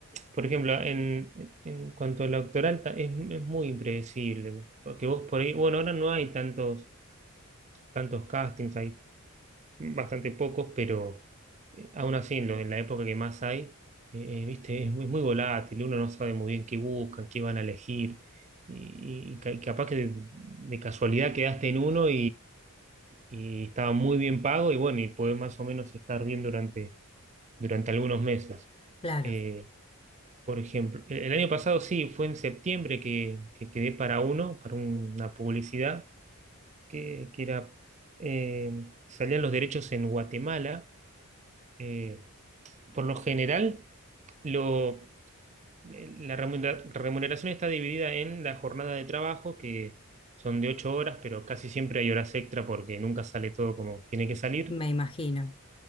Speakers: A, on the right; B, on the left.
A: por ejemplo, en, en cuanto a la doctoral ta- es, es muy impredecible, porque vos por ahí, bueno, ahora no hay tantos, tantos castings, hay bastante pocos, pero eh, aún así en, lo- en la época que más hay, eh, eh, viste, es muy, muy volátil, uno no sabe muy bien qué buscan, qué van a elegir, y, y ca- capaz que de, de casualidad quedaste en uno y estaba muy bien pago y bueno, y pude más o menos estar bien durante, durante algunos meses.
B: claro,
A: Eh, por ejemplo, el, el año pasado sí, fue en septiembre que, que quedé para uno, para un- una publicidad que, que era, eh, salían los derechos en Guatemala. Eh, por lo general, lo, eh, la remunera- remuneración está dividida en la jornada de trabajo que... Son de ocho horas, pero casi siempre hay horas extra porque nunca sale todo como tiene que salir.
B: me imagino.